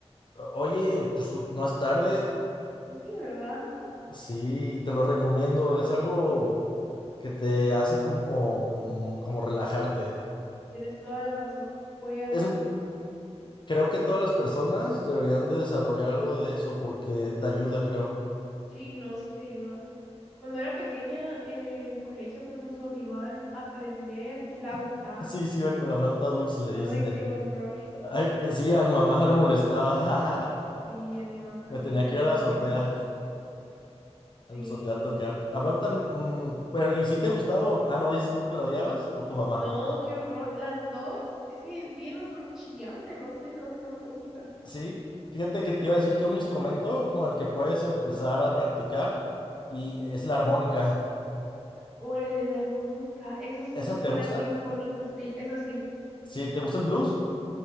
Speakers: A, on the left; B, in the centre.
A: oye, pues no es tarde.
B: Pues sí, ¿verdad?
A: Sí, te lo recomiendo. Es algo que te hace como, mm, como relajarte.
B: Tienes toda la razón. Voy a...
A: Es, creo que todas las personas deberían de desarrollar algo de eso porque te ayuda, creo.
B: Sí, no, sí te ayuda. Cuando era pequeña en el colegio, pues nos obligaban a aprender flauta.
A: <laughs> Sí, sí, va con la flauta dulce, le
B: Ay,
A: dicen. eh.
B: qué horror.
A: Ay, sí, a mi mamá le molestaba.
B: Sí,
A: <laughs>
B: a mi mamá también
A: Me tenía
B: como
A: que ir a la
B: lo
A: azotea.
B: odiaba.
A: Eso
B: Sí.
A: te va a tocar. La flauta, mm, pero ¿y si te gustaba? o- Ah, no, dices que la odiabas o tu mamá.
B: No, qué horror. Las dos, es que es bien chillante, no sé, no, no me gusta.
A: Sí, fíjate que te iba a decir que un instrumento con el que puedes empezar a practicar y es la armónica.
B: Órale, la armónica, eso sí,
A: ¿Esa
B: suena
A: te gusta?
B: bien bonito, sí, eso sí.
A: Sí, ¿te gusta el blues?